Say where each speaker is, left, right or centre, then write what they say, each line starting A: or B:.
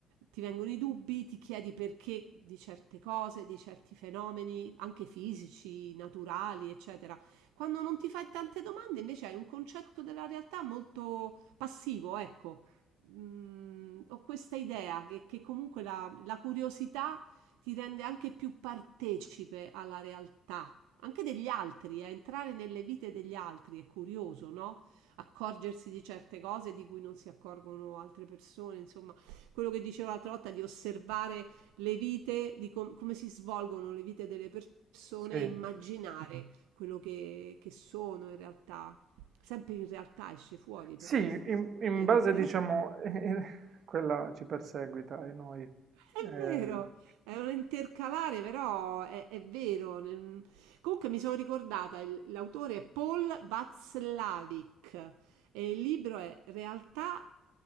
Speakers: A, on the right (about 85°); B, on the right (about 65°).
A: ti vengono i dubbi, ti chiedi perché di certe cose, di certi fenomeni, anche fisici, naturali, eccetera. Quando non ti fai tante domande, invece hai un concetto della realtà molto passivo, ecco. Mm, ho questa idea che, che comunque la, la curiosità ti rende anche più partecipe alla realtà, anche degli altri, a entrare nelle vite degli altri è curioso, no? accorgersi di certe cose di cui non si accorgono altre persone, insomma, quello che dicevo l'altra volta di osservare le vite, di com- come si svolgono le vite delle persone
B: sì.
A: e immaginare quello che, che sono in realtà. Sempre in realtà esce fuori
B: Sì,
A: però
B: in
A: questa parola,
B: in
A: vedi?
B: base diciamo <laughs> quella ci perseguita e noi.
A: È
B: Ehm,
A: vero, è un intercalare, però è, è vero. nel- Comunque mi sono ricordata, il- l'autore è Paul Václavik e il libro è Realtà